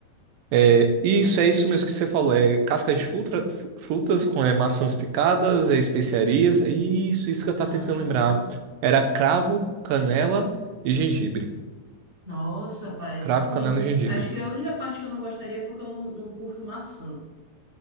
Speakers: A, on the right (about 75°); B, on the right (about 20°).
A: é, isso é isso mesmo que você falou. É cascas de fruta, fru- frutas com é, maçãs picadas, é especiarias. É isso, isso que eu tava
B: Ah,
A: tentando lembrar. Era cravo, canela e gengibre.
B: nossa, parece
A: Cravo,
B: bom.
A: canela e gengibre.
B: Acho que é a única parte que eu não gostaria é porque eu não, não curto maçã.